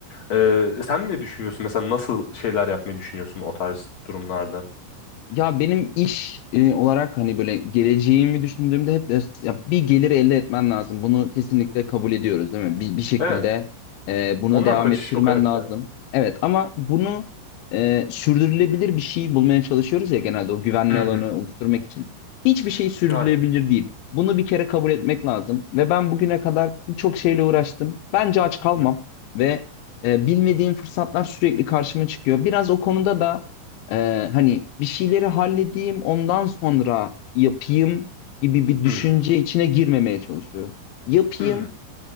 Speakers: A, on the left; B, on the left.
A: Ee, sen ne düşünüyorsun? Mesela nasıl şeyler yapmayı düşünüyorsun o tarz durumlarda?
B: Ya benim iş e, olarak hani böyle geleceğimi düşündüğümde hep de- ya bir gelir elde etmen lazım. Bunu kesinlikle kabul ediyoruz değil mi? Bir, bir şekilde
A: Evet.
B: e, bunu
A: Ondan
B: devam
A: kaçış
B: ettirmen
A: yok evet
B: lazım.
A: yani.
B: Evet ama bunu e, sürdürülebilir bir şey bulmaya çalışıyoruz ya genelde o güvenli
A: Hı
B: alanı
A: hı.
B: oluşturmak için. Hiçbir şey sürdürülebilir
A: Aynen.
B: değil. Bunu bir kere kabul etmek
A: Hı hı.
B: lazım. Ve ben bugüne kadar birçok şeyle uğraştım. Bence aç kalmam
A: Hı hı.
B: ve e, bilmediğim fırsatlar sürekli karşıma çıkıyor. Biraz o konuda da ee, hani bir şeyleri halledeyim ondan sonra yapayım gibi bir düşünce
A: Hı hı.
B: içine girmemeye çalışıyorum. Yapayım
A: Hı.